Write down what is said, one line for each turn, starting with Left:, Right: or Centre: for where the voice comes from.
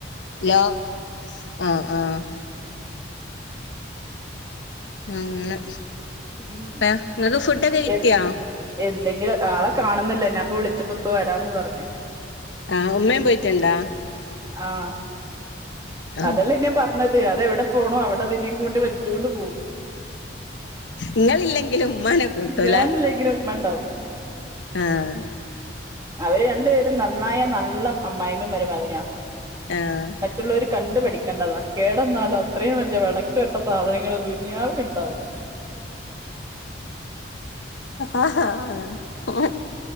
Left: ലോ ആഹ് ആഹ്. അങ്ങനെ
Right: ഉം
Left: ഏഹ് ഇങ്ങക്ക് ഫുഡൊക്കെ കിട്ടിയാ?
Right: എ എന്തെങ്കിലും ആളെ കാണുന്നില്ല ഞാപ്പൊ വിളിച്ചപ്പോ ഇപ്പ വരാന്ന് പറഞ്ഞ്.
Left: ആഹ് ഉമ്മേം പോയിറ്റ്ണ്ടാ?
Right: ആഹ്.
Left: ആ
Right: അതല്ലേ ഞാ പറഞ്ഞത് അതെവടെ പോണു അവടെ ഇതിനേം കൊണ്ട് വലിച്ചോണ്ട് പോവും.
Left: ഇങ്ങളില്ലെങ്കിലു ഉമ്മാനെ കൂട്ടൂലേ
Right: ഞാനില്ലെങ്കിലും ഉമ്മ ഉണ്ടാവും
Left: ആഹ്.
Right: അവര് രണ്ടു പേരും നന്നായ നല്ല അമ്മായിമ്മയു മരുമകനാ.
Left: ആഹ്.
Right: മറ്റുള്ളവര് കണ്ട് പഠിക്കണ്ടതാ കേടന്നാലോ അത്രയും വലിയ വെടക്ക് കെട്ട സാധനങ്ങള് ദുനിയവിലുണ്ടാവൂല
Left: ആഹ് ഹാ